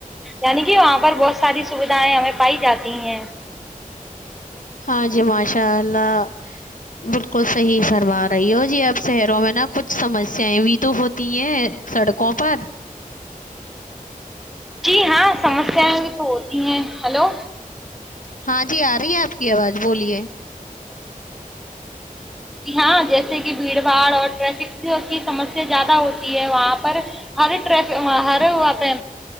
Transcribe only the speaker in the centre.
یعنی کہ وہاں پر بہت ساری سویدھیں ہمیں پائی جاتی ہیں
جی ہاں سمسیایں بھی تو ہوتی ہیں ہلو
ہاں جیسے کہ بھیڑ بھاڑ اور ٹریفک کی سمسیا زیادہ ہوتی ہے وہاں پر ہرٹ ہر وہاں پہ